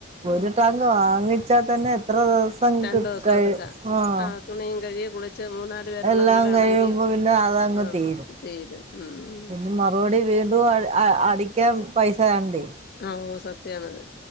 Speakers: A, on the left (about 50°); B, on the right (about 30°).
A: ഉം
B: ഒരു ടാങ്ക് വാങ്ങിച്ചാൽ തന്നെ എത്ര ദിവസ പങ്കിടുക്കായി
A: രണ്ടു ദിവസം എടുക്കാം
B: ആഹ്
A: തുണിയും കഴിയ കുളിച്ചേ മൂന്നാര് പേരുള്ള
B: എല്ലാം
A: വീടാണെങ്കിൽ
B: കഴിയുമ്പോ പിന്നെ അതങ്ങ്
A: ആ
B: തീരും
A: തീരും ഉം
B: പിന്നെ മറുപടി വീണ്ടും അടിക്കാൻ പൈസ വേണ്ടെ
A: ആഹാ ഓ സത്യാണത്